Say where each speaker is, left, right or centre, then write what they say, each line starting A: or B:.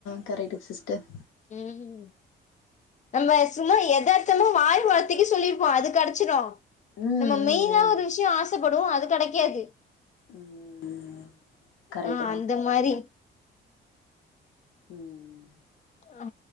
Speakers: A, on the left (about 85°); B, on the left (about 40°).
A: கரக்டு சிஸ்டர்
B: ம் நம்ம சும்மா எதார்த்தமா வாய் வார்த்தைக்கு சொல்லிருப்போ அது கெடச்சிடு
A: ம்
B: நம்ம
A: ம்
B: மெயினா ஒரு விஷயம் ஆசைப்படுவோ அது கெடைக்காது
A: ம் ம் கரெக்ட்டு
B: ஆ
A: தா
B: அந்த மாறி
A: ம்
B: ஆ